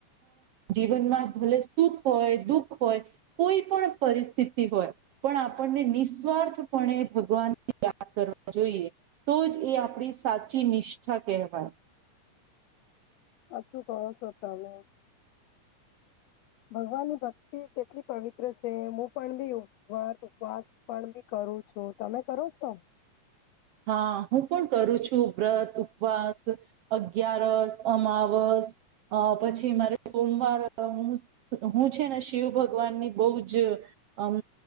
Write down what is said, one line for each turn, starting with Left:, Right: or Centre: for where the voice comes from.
Right: જીવનમાં ભલે સુખ હોય દુઃખ હોય કોઈ પણ પરિસ્થિતિ હોય પણ આપણને નિસ્વાર્થપણે ભગવાન ની યાદ કરવા જોઈએ તો જ એ આપણી સાચી નિષ્ઠા કહેવાય
Left: અછું કર છતામે ભગવાન ની ભક્તિ કેટલી પવિત્ર છે હું પણ બી વર્ત ઉપવાસ પણ બી કરું છું, તમે કરો છો?
Right: હા હું પણ કરું છું વ્રત ઉપવાસ અગિયારસ અમાવસ અ પછી મારે સોમવાર હું હું છેને શિવ ભગવાન ની બહ જ અમ